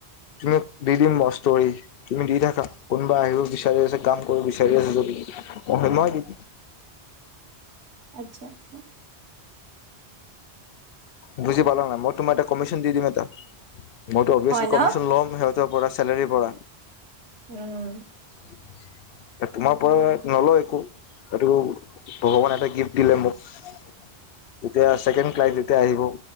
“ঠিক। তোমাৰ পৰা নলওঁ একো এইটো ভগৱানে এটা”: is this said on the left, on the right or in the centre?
Left